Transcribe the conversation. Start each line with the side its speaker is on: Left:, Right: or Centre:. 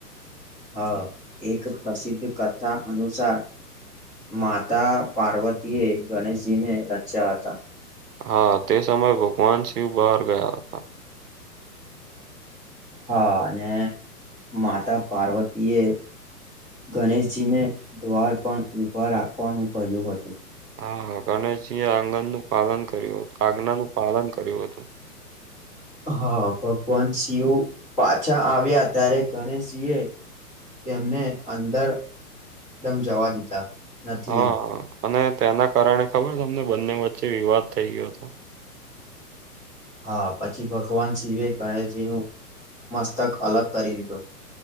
Centre: હા એક પ્રસિદ્ધ કથા અનુસાર માતા પાર્વતી એ ગણેશજી ને રચ્યા હતા.
Right: હા તે સમયે ભગવાન શિવ બહાર ગયા હતા.
Centre: હા અને માતા પાર્વતી એ ગણેશજીને દ્વાર પણ ઉભા રાખવાનું કહ્યું હતું.
Right: હા ગણેશજીએ આંગણનું પાલન કર્યું હતું આજ્ઞાનું પાલન કર્યું હતું.
Centre: હા ભગવાન શિવ પાછા આવ્યા ત્યારે ગણેશજી એ તેમને અંદર દમ જવા દીધા નથી
Right: હા
Centre: એમ
Right: અને તેના કારણે ખબર તમને બંને વચ્ચે વિવાદ થઈ ગયો હતો.
Centre: હા પછી ભગવાન શિવે ગણેશજીનું મસ્તક અલગ કરી દીધું.